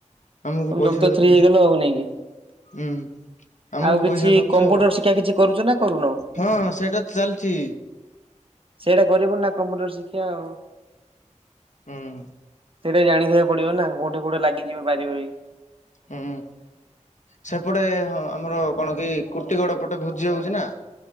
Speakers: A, on the left; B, on the right.
A: ଆମୁକୁ
B: ତମେ
A: ପଇସା
B: ଯୁକ୍ତ
A: ଦେଉନାହାନ୍ତି
B: ଥ୍ରୀ ହେଇଗଲ ଆଉ ନେଇକି
A: ହୁଁ। ଆମକୁ
B: ଆଉ କିଛି
A: ପଇସା ନଉଛି
B: କମ୍ପୁଟର
A: ଆଉ
B: ଶିକ୍ଷା କିଛି କରୁଛ ନା କରୁନ।
A: ହଁ ସେଇଟା ଚାଲଚି।
B: ସେଇଟା କରିବୁ ନା କମ୍ପ୍ୟୁଟର ଶିକ୍ଷା ଆଉ।
A: ହୁଁ।
B: ସେଇଟା ଜାଣିଥିବାକୁ ପଡିବ ନା କୋଉଟି କୋଉଟା ଲାଗିଯିବ ପାରିବକି।
A: ହୁଁ। ସେପଟେ ହଁ ଆମର କଣ କି କୁରତି ଗଡ ପଟେ ଭୋଜି ହଉଛି ନା।